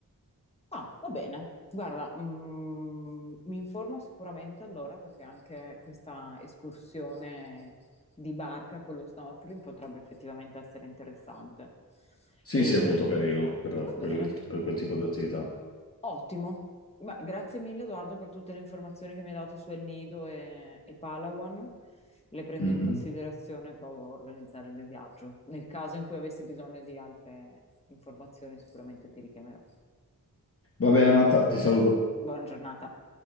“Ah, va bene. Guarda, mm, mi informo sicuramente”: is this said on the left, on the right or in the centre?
Left